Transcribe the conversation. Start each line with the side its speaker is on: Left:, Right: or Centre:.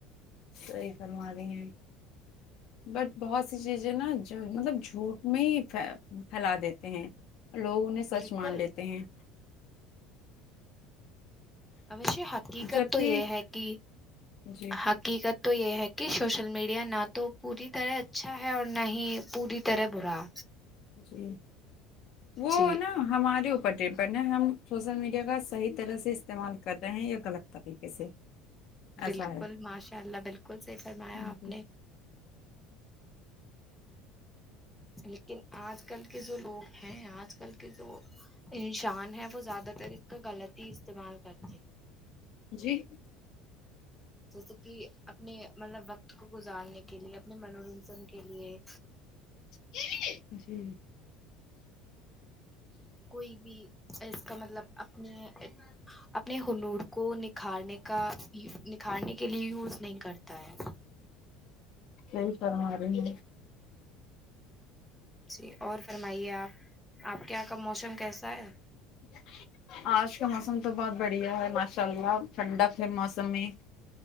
Left: صحیح فرما رہے ہیں بٹ بہت سی چیزیں نا مطلب جھوٹ میں ہی پھیلا دیتے ہیں لوگ انہیں سچ
Centre: بالکل
Left: مان لیتے ہیں
Centre: اش حقیقت
Left: جبکہ
Centre: تو یہ ہے کہ
Left: جی
Centre: حقیقت تو یہ ہے کہ سوشل میڈیا نہ تو پوری طرح اچھا ہے اور نہ ہی پوری تر بورا
Left: جی وہ
Centre: جی
Left: نا ہمارے اوپر ڈ پنے ہم شوشل میڈیا کا صحیح طرح سے استعمال کر رہے ہیں یا غلط طریقے سے ایسا
Centre: بالکل
Left: ہے
Centre: ماشاء اللہ بالکل صحیح فرمایا
Left: جی
Centre: آپ نے لیکن آج کل کے جو لوگ ہیں آج کل کے جو انشان ہے وہ زیادہ تر اس کا غلط ہی استعمال کرتے
Left: جی
Centre: جیسے کہ اپنے مطلب وقت کو گزارنے کے لیے اپنے منورنجن کے لیے
Left: <inaudible>
Centre: کوئی بھی اس کا مطلب اپنے اپنے ہنور کو نکھارنے کا نکھارنے کے لیے یوز نہیں کرتا ہے
Left: صحیح فرما رہی ہیں
Centre: جی اور فرمائیے آپ آپ کے یہاں کا موسم کیسا ہے
Left: <inaudible> آج کا موسم تو بہت بڑھیا ہے ماشاء اللہ ٹھنڈک ہے موسم میں